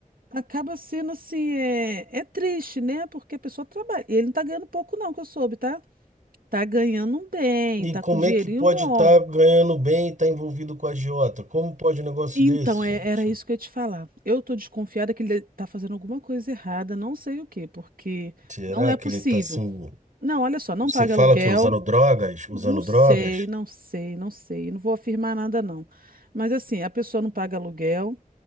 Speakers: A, on the right; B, on the right.
A: acaba sendo assim, é, é triste, né? Porque a pessoa trabalha. E ele não tá ganhando pouco não, que eu soube, tá? Tá ganhando um bem,
B: E
A: tá
B: como
A: com dinheirinho
B: é que pode
A: bom.
B: estar ganhando bem e tá envolvido com a agiota? Como pode um negócio
A: Então,
B: desse,
A: é-
B: gente?
A: era isso que eu ia te falar. Eu tô desconfiada que ele tá fazendo alguma coisa errada, não sei o quê, porque
B: Será
A: não é
B: que
A: possível.
B: ele tá assim?
A: Não, olha só, não
B: Você
A: paga
B: fala
A: aluguel,
B: que usando drogas, usando
A: não sei,
B: drogas,
A: não sei, não sei, não vou afirmar nada, não. Mas assim, a pessoa não paga aluguel,